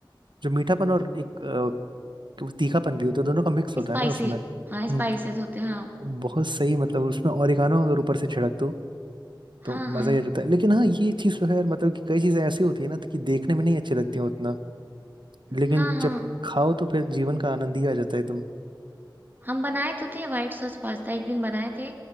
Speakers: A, on the right; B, on the right.
A: जो मीठापन और एक कि वो तीखापन भी होता है दोनों का मिक्स होता
B: स्पाइसी
A: है ना उसमें हम्म
B: हाँ स्पाइसेस होते हैं हाँ
A: बहुत सही मतलब उसमें ओरिगानो अगर ऊपर से छिड़क दो तो
B: हाँ
A: मजा
B: हाँ
A: ही आ जाता है लेकिन हाँ ये चीज तो है यार मतलब कि कई चीजें ऐसी होती है ना कि देखने में नहीं अच्छी लगती हैं उतना लेकिन
B: हाँ
A: जब
B: हाँ
A: खाओ तो फिर जीवन का आनंद ही आ जाता है एकदम
B: हम बनाए तो थे व्हाइट सॉस पास्ता एक दिन बनाए थे